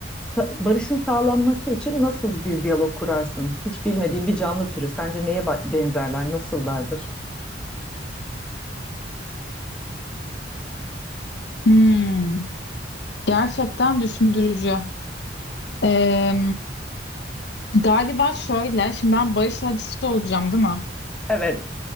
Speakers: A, in the centre; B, on the left.
A: sa- barışın sağlanması için nasıl bir diyalog kurarsın? Hiç bilmediğin bir canlı türü sence neye ba- benzerler, nasıllardır?
B: Hmm. Gerçekten düşündürücü. Ee, galiba şöyle, şimdi ben barış acısı olacağım, değil mi?
A: Evet.